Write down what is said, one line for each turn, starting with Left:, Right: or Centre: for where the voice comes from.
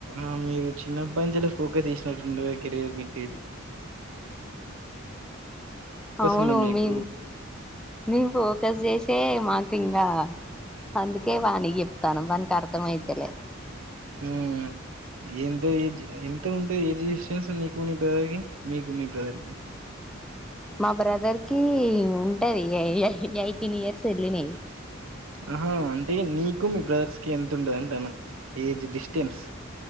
Right: ఆహ్ మీరు చిన్నప్పంచి కెల్లీ ఫోకస్ చేసినట్టుండర్ కెరీయర్ మీది కెళ్ళి.
Centre: అవును
Right: ఉంది మీకు
Centre: మీ మీ ఫోకస్ చేసే మాకు. ఆహ్ అందుకే వానికీ చెప్తానా వానికి అర్థ అయితలేదు.
Right: హ్మ్ ఎంత ఎంత ఉండ్ ఏ ఏజ్ డిస్టెన్స్ నీకు మీ బ్రదర్ కి మీకు మీ బ్రదర్ కి
Centre: మా బ్రదర్ ఫ్రెండ్స్ కి మో ట్ట ఎయి ఎయిటీన్ ఇయర్స్ ఎల్లినయ్
Right: ఆహా అంటే నీకు మీ బ్రదర్స్ కి ఎంత ఉంటది అంటున్న ఏజ్ డిస్టెన్స్